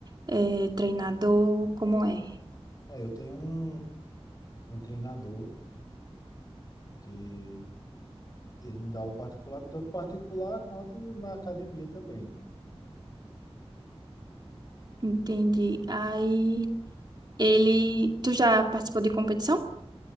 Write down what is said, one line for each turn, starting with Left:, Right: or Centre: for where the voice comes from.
Right: é, treinador, como é?
Left: É, eu tenho um, um treinador que ele me dá aula particular, tanto particular quanto na academia também.
Right: Entendi. Aí ele. Tu já participou de competição?